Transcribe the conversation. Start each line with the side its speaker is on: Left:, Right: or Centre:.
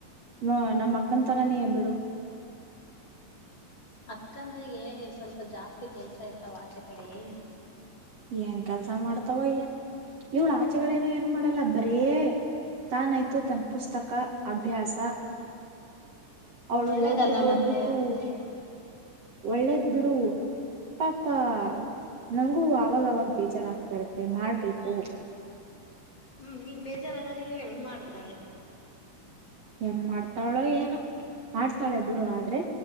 Right: ನಮ್ಮ ಅಕ್ಕನ್ ತರಾನ ಬಿಡು
Left: ಅಕ್ಕಂದ್ರಗೆ ಸ್ವಲ್ಪ ಜಾಸ್ತಿ ಕೆಲ್ಸ ಇರ್ತಾವ ಆಚೆ ಕಡೆಯೇ
Right: ಏನ್ ಕೆಲ್ಸ ಮಾಡ್ತಾವ ಏನು ಇವಳ ಆಚೆಗಡೇನು ಏನು ಮಾಡಲ್ಲ ಬರೇ ತಾನಾಯ್ತು ತನ್ನ ಪುಸ್ತಕ ಅಭ್ಯಾಸಾ ಅವಳು
Left: ಒಳ್ಳೇದಲ್ಲ
Right: ಓದ್ಬಿಟ್ಟು
Left: ಮತ್ತೆ
Right: ಓದ್ಬಿಟ್ಟು
Left: ಅದನ್ನೇ
Right: ಒಳ್ಳೇದ್ ಬಿಡು ಪಾಪಾ ನಂಗೂ ಅವಾಗವಾಗ ಬೇಜಾರಾಗತಾ ಇರತ್ತೆ ಮಾಡ್ಬೇಕು
Left: ಹ್ಮ್ ನೀನ್ ಬೇಜಾರಾದಾಗ ಹೇಳು ಮಾಡ್ತಾಳೆ
Right: ಏನ್ ಮಾಡ್ತಾಳೋ ಏನು ಮಾಡ್ತಾಳೆ ಬಿಡು ಆದ್ರೆ